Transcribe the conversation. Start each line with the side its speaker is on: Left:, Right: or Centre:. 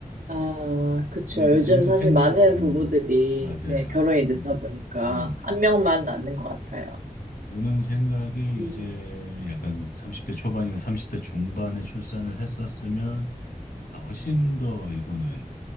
Right: 아, 그쵸.
Left: 근데 이제
Right: 요즘
Left: 드는
Right: 사실
Left: 생,
Right: 많은
Left: 음,
Right: 부부들이
Left: 맞아요.
Right: 네, 결혼이 늦다
Left: 음,
Right: 보니까
Left: 음.
Right: 한 명만 낳는 것 같아요.
Left: 네. 드는 생각이
Right: 음.
Left: 이제 약간 30대 초반이나 30대 중반에 출산을 했었으면, 아, 훨씬 더 이거는